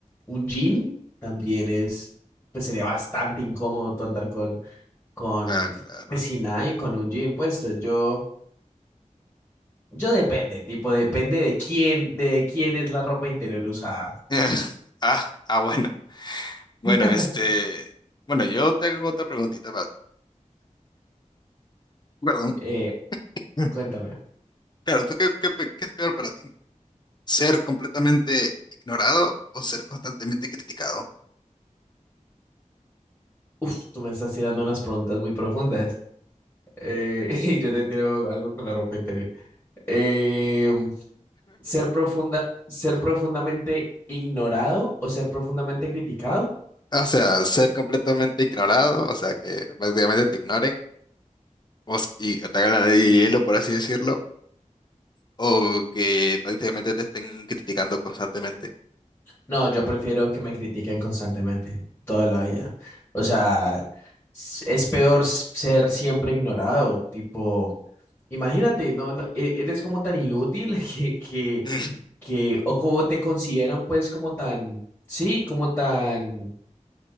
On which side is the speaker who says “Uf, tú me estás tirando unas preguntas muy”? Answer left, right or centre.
Left